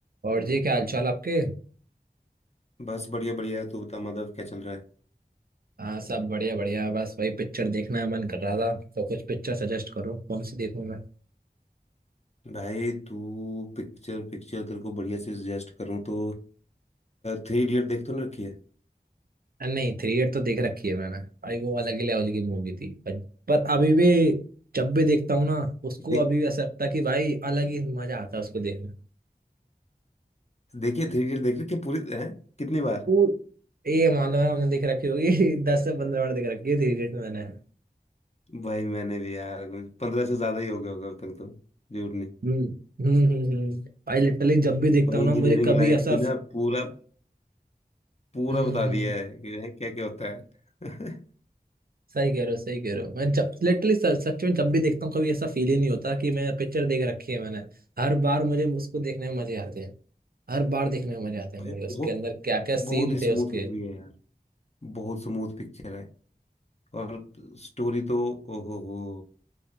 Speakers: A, on the right; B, on the left.
A: और जी क्या हालचाल आपके
B: बस बढ़िया बढ़िया तू बता माधव क्या चल रहा है
A: हाँ सब बढ़िया बढ़िया बस वही पिक्चर देखने का मन कर रहा था तो कुछ पिक्चर सजेस्ट करो कौन सी देखूं मैं
B: भाई तू पिक्चर पिक्चर तेरे को बढ़िया से सजेस्ट करूँ तो थ्री इडियट देख तो नहीं रखी है
A: अरे नहीं थ्री इडियट तो देख रखी है मैंने भाई वो अलग ही लेवल की मूवी थी पर, पर अभी भी जब भी देखता हूँ ना उसको
B: देख
A: अभी भी ऐसा लगता है कि भाई अलग ही मजा आता है उसको देखने में।
B: देखिए थ्री इडियट देख रखी है पूरी है कितनी बार
A: वो ये मान लो है हमने देख रखी होगी <laughs> दस से पंद्रह बार देख रखी है थ्री इडियट मैंने
B: भाई मैंने भी यार पंद्रह से ज्यादा ही हो गया होगा अब तक तो झूठ नहीं
A: हम्म हम्म हम्म हम्म। भाई लिटरली जब भी देखता
B: भाई
A: हूँ
B: इंजीनियरिंग
A: ना मुझे कभी
B: लाइफ
A: ऐसा
B: की ना पूरा पूरा
A: हम्म
B: बता
A: हम्म
B: दिया
A: हम्म।
B: है कि क्या क्या होता है <laughs>
A: सही कह रहे हो सही कह रहे हो मैं जब लिटरली सच में जब भी देखता हूँ कभी ऐसा फील ही नहीं होता कि मैं पिक्चर देख रखी है मैंने हर बार मुझे उसको देखने में मजे आते हैं हर बार देखने में मजे आते हैं
B: भाई
A: मुझे उसके
B: बहुत
A: अंदर क्या क्या सीन
B: बहुत ही
A: थे
B: स्मूथ
A: उसके
B: मूवी है यार बहुत स्मूथ पिक्चर है और स्टोरी तो ओहो हो